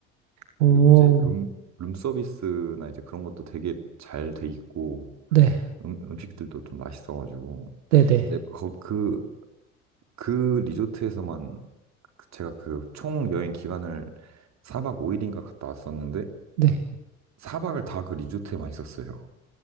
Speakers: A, on the right (about 75°); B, on the right (about 45°).
A: 오.
B: 그리고 이제 룸, 룸 서비스나 이제 그런 것도 되게 잘 돼 있고,
A: 네.
B: 음, 음식들도 좀 맛있어가지고.
A: 네, 네.
B: 근데 거, 그, 그 리조트에서만 그- 제가 그 총 여행 기간을 사박 5일인가 갔다 왔었는데,
A: 네.
B: 사박을 다 그 리조트에만 있었어요.